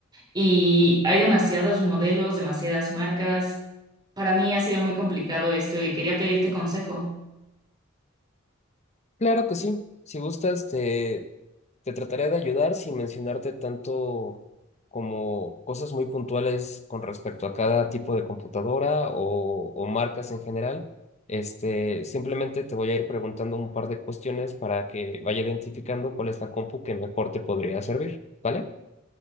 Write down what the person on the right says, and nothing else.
Y hay demasiados modelos, demasiadas marcas. Para mí ha sido muy complicado esto y quería pedirte consejo.